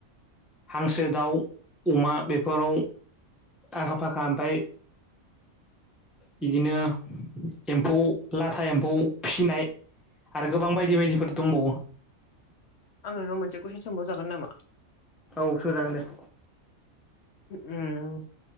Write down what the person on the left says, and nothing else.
आं नोंनाव मोनसे कुइसन सोंबाव जागोन नामा
उम